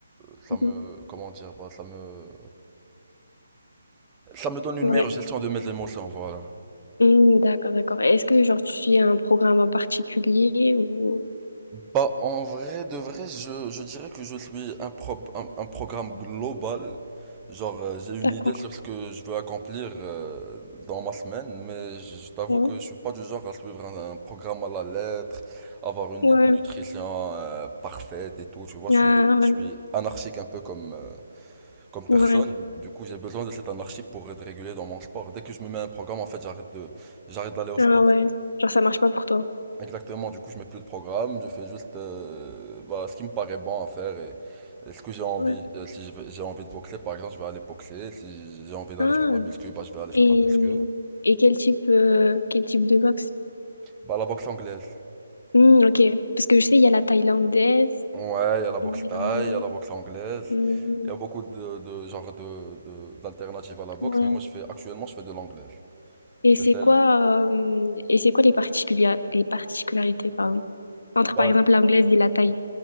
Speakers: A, on the right; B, on the left.
A: ça
B: mhm.
A: me, comment dire, bah, ça me, ça me donne une
B: ouais.
A: meilleure gestion de mes émotions, voilà.
B: Hmm, d'accord, d'accord. Est-ce que genre tu suis un programme en particulier ou...
A: Bah, en vrai, de vrai, je, je dirais que je suis un, pro- un, un programme global. Genre, euh, j'ai une
B: D'accord.
A: idée sur ce que je veux accomplir euh, dans ma semaine, mais je, je t'avoue
B: Ouais.
A: que je suis pas du genre à suivre un, un programme à la lettre, avoir une
B: Ouais.
A: nut- nutrition euh, parfaite et tout. Tu vois, je
B: Ah,
A: suis,
B: ouais.
A: je suis anarchique un peu comme, euh, comme
B: Ouais.
A: personne. Du coup, j'ai besoin de cette anarchie pour être régulé dans mon sport. Dès que je me mets un programme, en fait, j'arrête de, j'arrête d'aller au
B: Ah
A: sport.
B: ouais. Genre, ça marche pas pour toi.
A: Exactement, du coup, je mets plus de programme, je fais juste euh, bah, ce qui me paraît bon à faire et, et ce que j'ai envie.
B: Ouais.
A: Euh, si je vais- j'ai envie de boxer, par exemple, je vais aller boxer. Si j'ai envie d'aller
B: Ah.
A: faire de la muscu, bah, je vais aller
B: Et,
A: faire de la muscu.
B: et quel type, euh, quel type de boxe?
A: Bah, la boxe anglaise.
B: Hmm, ok. Parce que je sais, il y a la thaïlandaise.
A: Ouais, il y a la
B: et
A: boxe
B: il y
A: thaï,
B: a le-
A: il y a la boxe anglaise.
B: Hmm,
A: Il y a beaucoup de, de genres de, de- d'alternatives à la boxe,
B: ouais.
A: mais moi, je fais, actuellement, je fais de l'anglaise.
B: Et
A: C'est
B: c'est
A: celle.
B: quoi, euh, et c'est quoi les particulia- les particularités, pardon, entre
A: Bah,
B: par exemple l'anglaise et la thaï?